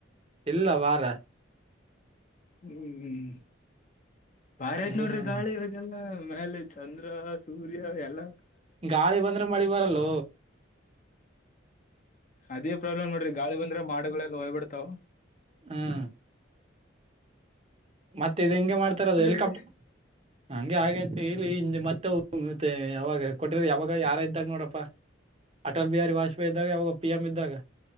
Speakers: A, on the right; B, on the left.
A: ಇಲ್ಲ ವಾರ
B: ಹ್ಮ್ ಹ್ಮ್ ಬಾರಿ ಆಯ್ತ್
A: ಅದೇ
B: ನೋಡ್ರಿ
A: ನೋಡ
B: ಗಾಳಿ ಇವತ್ ಲ್ಲ ಮ್ಯಾಲೆ ಚಂದ್ರ ಸೂರ್ಯ ಎಲ್ಲ
A: ಗಾಳಿ ಬಂದ್ರೆ ಮಳಿ ಬರಲ್ಲೊ
B: ಅದೇ ಪ್ರಾಬ್ಲಮ್ ನೋಡ್ರಿ ಗಾಳಿ ಬಂದ್ರೆ ಮಾಡುಗಳೆಲ್ಲ ಹೊಯ್ಬಿಡ್ತಾವು
A: ಹ್ಮ್ ಮತ್ತೆ ಇದು ಹೆಂಗೆ ಮಾಡ್ತಾರ ಅದು ಹೆಲಿಕಾಪ್ಟರ್.
B: ಇಲ್ಲಿ
A: ಹಂಗೆ ಆಗೈತಿ ಇಲ್ಲಿ ಮತ್ತೆ ಯಾವಾಗ ಕೊಟ್ಟಿರ ಯಾವಾಗ ಯಾರ ಇದ್ದಾಗ ನೋಡಪ್ಪಾ ಅಟಲ್ ಬಿಹಾರಿ ವಾಜ್ಪೇಯಿ ಇದ್ದಾಗ ಪಿ ಎಂ ಇದ್ದಾಗ